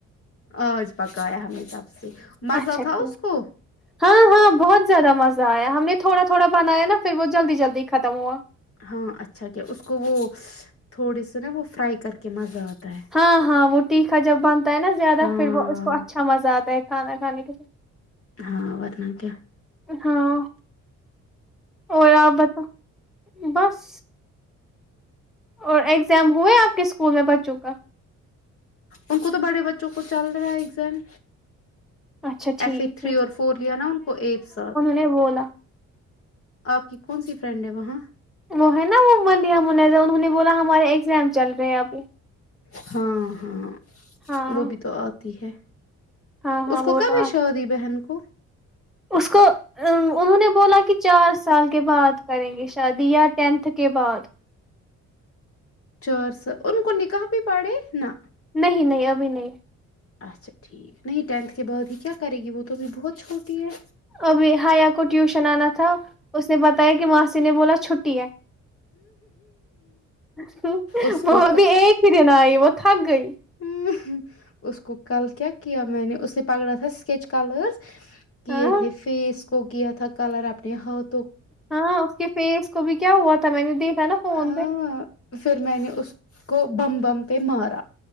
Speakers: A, on the left; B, in the centre.
A: آج پکایا ہمیں سب سے مزہ
B: اچھا
A: تھا
B: ٹھیک
A: اس کو
B: ہاں ہاں بہت زیادہ مزہ آیا ہم نے تھوڑا تھوڑا بنایا نا پھر وہ جلدی جلدی ختم ہوا
A: ہاں اچھا کیا اس کو وہ تھوڑی سی نا وہ فرائی کر کہ مزہ آتا ہے
B: ہاں ہاں وہ تٹیکھا جب بنتا ہے نا زیادہ
A: ہاں
B: پھر وہ اس کو اچھا مزہ آتا ہے کھانا کھانے کے لی
A: ہاں ورنہ کیا
B: ہاں اور آپ بتا بس اور ایگزام ہوئے آپ کے اسکول میں بچوں کا
A: ان کو تو بڑے بچوں کو چل رہا ہے ایگزام
B: اچھا ٹھیک
A: ایف اے تھری اور فور لیا نا ان کو ایک ساتھ
B: میں بولا
A: آپ کی کون سی فرینڈ ہے وہاں
B: وہ ہے نا وہ منیہ منیزہ انہوں نے بولا ہمارے ایگزام چل رہے ہیں ابھی
A: ہاں ہاں
B: ہاں
A: وہ بھی تو آتی ہے
B: ہاں ہاں
A: اس
B: وہ
A: کو کب
B: تو
A: ہے
B: آ-
A: شادی بہن کو
B: اس کو ا انہوں نے بولا کہ چار سال کے بعد کریں گے شادی یا ٹینتھ کے بعد
A: چار سا ل ان کو نکاح بھی پڑے نا
B: نہیں نہیں ابھی نہیں
A: اچھا ٹھیک نہیں ٹینتھ کے بعد ہی کیا کرے گی وہ تو ابھی بہت چھوٹی ہے
B: ابھی ہیا کو ٹیوشن آنا تھا اس نے بتایا کہ ماسی نے بولا چھٹی ہے <unintelligible>
A: اس
B: وہاں
A: کو
B: بھی ایک پھرے ن یہ وہ تھک گئی
A: ہ اس کو کل کیا کیا میں نے اس نے پکڑا تھا اسکیچ کلرس کیے
B: ہاں
A: تھے فیس کو کیا تھا کلر اپنے ہاٹھ
B: ہاں اس کے فیس کو بھی کیا ہوا تھا میں نے دیکھا نا فون
A: ہاں
B: پہ
A: پھر میں نے اس کو بندھ بندہ کے مارا